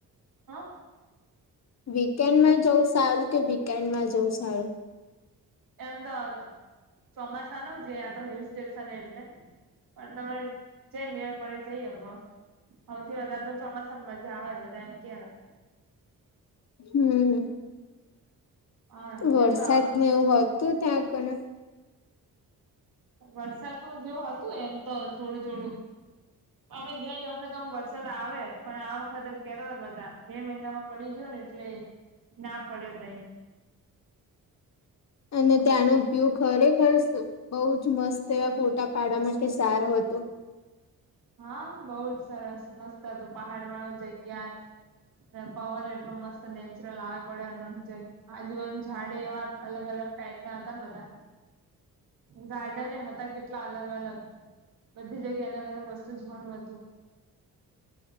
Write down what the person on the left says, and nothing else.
વીકેન્ડમાં જવું સારું કે વીકેન્ડમાં જવું સારું
હમ
વરસાદને
એવું હતું ત્યાં આગળ
અને ત્યાંનો વ્યુ ખરેખર છે બઉ જ મસ્ત એવા ફોટા પાડવા માટે સારું હતોું